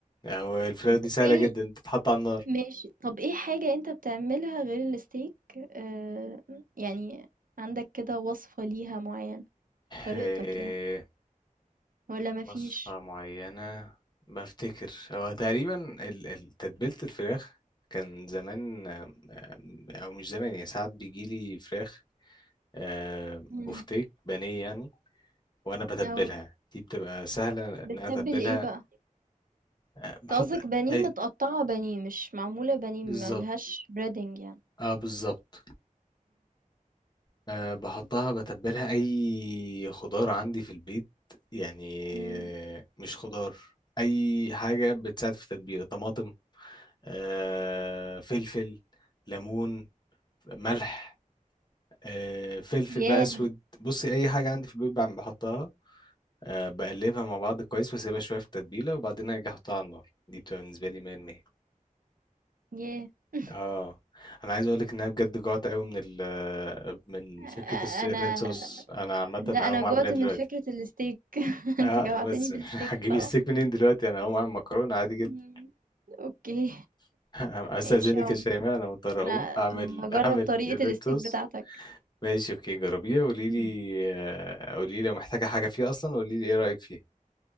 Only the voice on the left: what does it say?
أو الفراخ
دي سهلة
جدا تتحط على النار
إيه،
وصفة معينة بفتكر هو تقريبا ال- ال- تتبيلة الفراخ كان زمان آم، آم، أو مش زمان يعني ساعات بيجيلي فراخ آه،
بفتيك بانيه يعني وأنا بتبلها
دي بتبقى سهلة إن
أنا أتبلها
آه، بحط
أي
بالظبط
اه بالظبط أه بحطها بتبلها أي خضار عندي في البيت يعني
آه، مش خضار أي حاجة بتساعد في التتبيلة طماطم أه فلفل ليمون ملح أه فلفل
بقى أسود بصي أي حاجة عندي في البيت بعم- بحطها أه بقلبها مع بعض كويس وأسيبها شوية في التتبيلة وبعدين أجي أحطها على النار دي بتبقى بالنسبة لي 100%
اه انا عايز اقول لك ان انا بجد جوعت قوي من ال من
فكره الس- الريد
صوص انا عامه
هقوم
اعمل ايه دلوقتي
اه
بس
<laughs> هتجيبي
الستيك منين دلوقتي انا هقوم اعمل مكرونه عادي جدا
<laughs> استاذنك
يا شيماء انا مضطر
اقوم اعمل
اعمل
الريد
صوص
ماشي اوكي جربيه قولي لي
آه، قولي لي لو محتاجه حاجه فيه اصلا قولي لي ايه رايك فيه